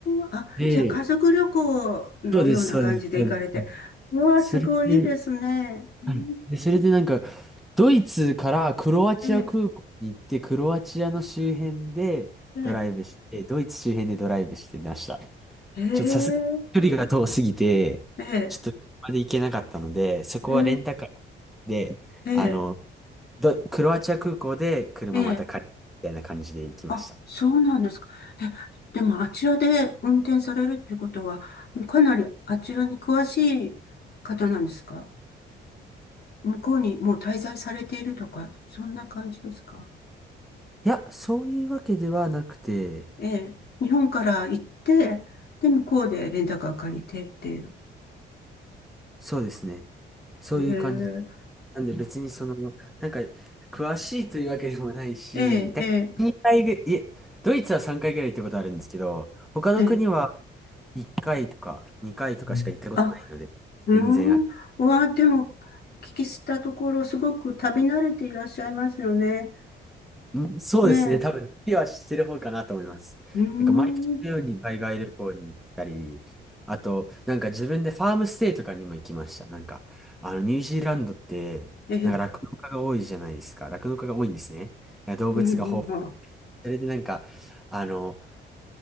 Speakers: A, on the left; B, in the centre.
A: ん、あ、
B: で、
A: じゃあ家族旅行のような感じで行かれて。
B: そうです、そうです。そうで
A: うわあ、
B: すそれで、
A: すごいいいですね。うん
B: はいで、それでなんか、ドイツからクロアチア空港に行って、
A: ええ、
B: クロアチアの周辺でドライブして、
A: ええ、
B: ドイツ周辺でドライブしてました。
A: ええ、
B: ちょっとさすがに距離が遠すぎて、
A: ええ、
B: ちょっと車で行けなかったので、そこはレンタカ
A: え
B: ーで、
A: え、
B: あの、ドクロアチア空港で車また借りてみたいな感じで行きました。
A: ええ。ええあ、
B: い
A: そうなんですか。え、でもあちらで運転されるっていうことは、かなりあちらに詳しい方なんですか向こうにもう滞在されているとか、そんな感じですか
B: や、そういうわけではなくて、
A: ええ、日本から行って、で、向こうでレンタカー借りてっていう。
B: そうですね。そういう感じ。
A: ええ、
B: なんで別にその、なんか、詳しいというわけでもないし、
A: ええ、
B: だ2回ぐ、
A: ええ、
B: いえ、ドイツは3回ぐらい行ったことあるんですけど、他の国は
A: ええ
B: 1回とか2回とかしか行ったことないので、
A: うんあ、うーん。
B: 全然あ、
A: うわ、でも、お聞きしたところ、すごく旅慣れていらっしゃいますよね。
B: んそうですね、
A: ねえ、う
B: 多分、次は知ってる方かなと思います。
A: ーん。
B: なんか毎年のように海外旅行に行ったり、あと、なんか自分でファームステイとかにも行きました。なんか、あの、ニュージーランドって、
A: ええ、
B: なんか酪農家が多いじゃないですか。酪農家が多いんですね。動物が豊富。
A: うん、うん、うん。
B: それでなんか、あの、